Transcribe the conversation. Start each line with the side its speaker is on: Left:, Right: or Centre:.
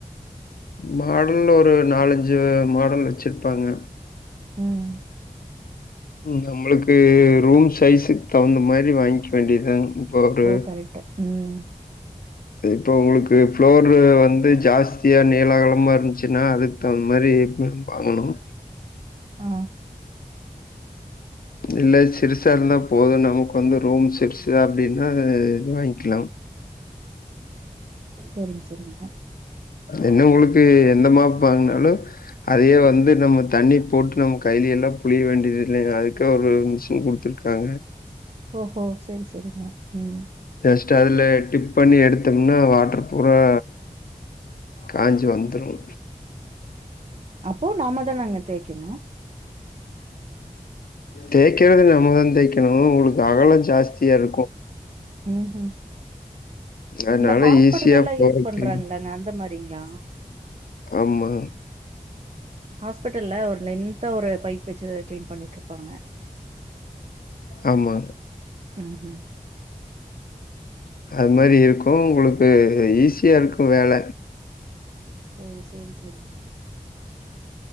Left: மாடல் ஒரு நாலஞ்சு மாடல் வச்சிருப்பாங்க
Right: ம்
Left: நம்மளுக்கு ரூம் சைஸுக்கு தகுந்த மாரி வாங்கிக்க வேண்டியதா இப்ப ஒரு
Right: ஓ! கரெக்ட்டு. ம்.
Left: இப்போ உங்களுக்கு ஃப்ளோரு வந்து ஜாஸ்தியா நீள நீளமா இருந்ச்சுனா அதுக்கு தகுந்த மாரி வாங்கணும்
Right: ஆ
Left: இல்ல சிரிசா இருந்தா போதும் நமக்கு வந்து ரூம் சிரிசுதா அப்டின்னா இது வாயிங்க்கலா
Right: சரிங்க சரிங்க
Left: என்ன உங்களுக்கு எந்த மாப் வாங்னாலும் அதைய வந்து நம்ம தண்ணி போட்டு நம்ம கைலில்லாம் புளிய வேண்டியதில்ல அதுக்கு ஒரு மிஷின் குடுத்துருக்காங்க
Right: ஓஹோ சரி சரிங்க ம்
Left: ஜஸ்ட் அதுல டிப் பண்ணி எடுத்தோம்னா வாட்டர் பூரா காஞ்சு வந்துரும்
Right: அப்போ நாம தானங்க தேக்கணும்
Left: தேக்கறது நம்மதா தேய்க்கணும் உங்களுக்கு அகலம் ஜாஸ்தியா இருக்கு
Right: ம் ம்
Left: அதனால
Right: இந்த ஹாஸ்பிட்டல்லலா
Left: ஈஸியா போறக்கு
Right: யூஸ் பண்றாங்களே அந்த மாரிங்களா
Left: ஆமா
Right: ஹாஸ்பிட்டல்ல ஒரு லெந்தா ஒரு பைப் வச்சு கிளீன் பண்ணிட்டுருப்பாங்க
Left: ஆமா
Right: ம் ஹூம்
Left: அது மாரி இருக்கும் உங்களுக்கு ஈஸியா இருக்கும் வேல
Right: ஓ சேரி சேரி